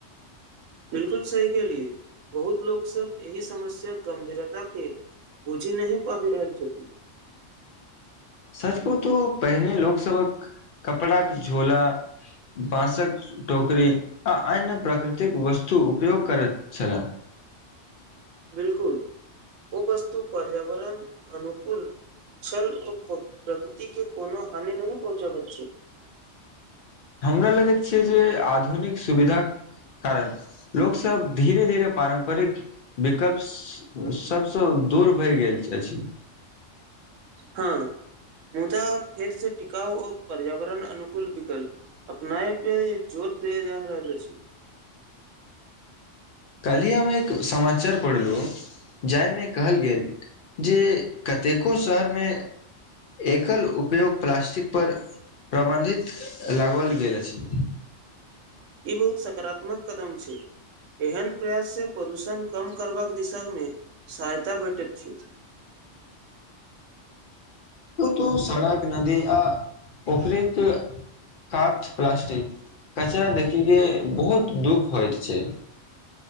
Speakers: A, on the right; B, on the left.
A: बिलकुल सही के लि बहुत लोक सब यह समस्या गंभीरता के बुझी नहि पाबि रहल‌ छति
B: सच कहूं तो पहिने लोक सबक कपड़ा झोला बाँसक टोकरी आ अन्य प्राकृतिक वस्तु उपयोग करैत छलला <inaudible>
A: बिलकुल ओ वस्तु पर्यावरण अनुकूल छलल ओ प्रकृति के कोनो हानि नहि पहुँचाबय छै
B: हमरा लगैत छियै जे आधुनिक सुविधाक कारण लोक सब धीरे धीरे पारम्परिक विकल्प सभसँ दूर भए गेल अछि
A: हँ मुदा फेर से टिकाउ ओ पर्यावरण अनु कुल विकल्प अपनाए पे जोर दे जा रहल ल अछि
B: काल्हि हम एक समाचार पढ़लहुँ जाहिमे कहल गेल जे कतेको शहरमे एकल उपयोग प्लास्टिकपर प्रबन्धित लागबल गेल अछि
A: ई बहुत सकारात्मक कदम छै एहन प्रयास से प्रदूषण क कम करबाक दिशामे सहायता भेटैत छै
B: त सड़क नदी आ पोखरिक काठ प्लास्टिक कचरा देखिके बहुत दुःख होयत छै <inaudible>